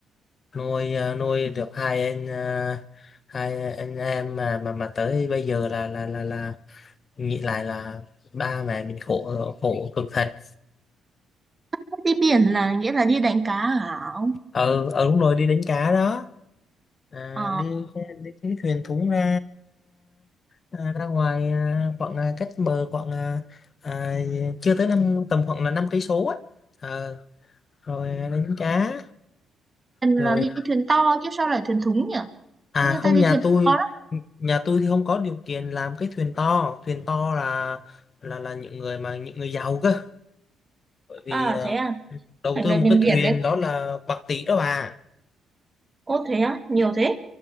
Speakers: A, on the left; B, on the right.
A: nuôi ờ, nuôi được hai anh ờ, hai anh em mà mà mà tới bây giờ là là là là nghĩ lại là ba mẹ mình khổ khổ cực thật
B: Thế đi biển là nghĩa là đi đánh cá hả ông
A: ờ ờ đúng rồi đi đánh cá đó à,
B: ờ
A: đi đi cái thuyền thúng ra à, ra ngoài à, khoảng à, cách bờ khoảng à, à, chưa tới năm tầm khoảng là năm cây số á Ờ, rồi ờ, đánh cá
B: thuyền
A: rồi
B: là
A: Ừ.
B: đi thuyền to chứ sao lại thuyền thúng nhỉ
A: À
B: thế người
A: không
B: ta đi
A: nhà
B: thuyền
A: tôi
B: to lắm
A: nhà tôi thì không có điều kiện làm cái thuyền to thuyền to là là là những người mà những người giàu cơ bởi vì
B: à
A: à,
B: thế à
A: đầu
B: thành
A: tư
B: ra
A: một
B: bên
A: cái
B: biển
A: thuyền
B: đấy
A: đó là bạc tỷ đó bà
B: ô thế á nhiều thế